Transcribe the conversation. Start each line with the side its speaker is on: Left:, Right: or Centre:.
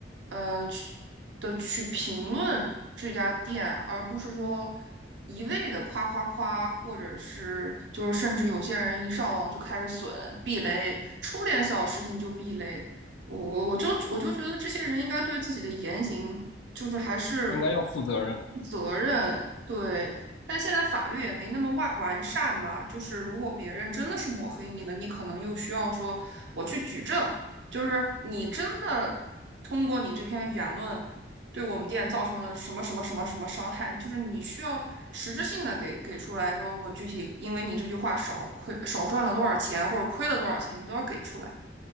Right: 嗯、去的去评论这家店，而不是说。一味的夸夸夸，或者是就是甚至有些人一上网就开始损避雷，出点小事情就避雷，我我我就我就觉得这些人应该对自己的言行就是还是
Left: 应该要负责任。
Right: 负责任，对。但现在法律也没那么完完善嘛，就是如果别人真的是抹黑你了，你可能又需要说我去举证，就是你真的通过你这篇言论对我们店造成了什么什么什么什么伤害，就是你需要实质性的给给出来说，我具体因为你这句话少亏少赚了多少钱，或者亏了多少钱，你都要给出来。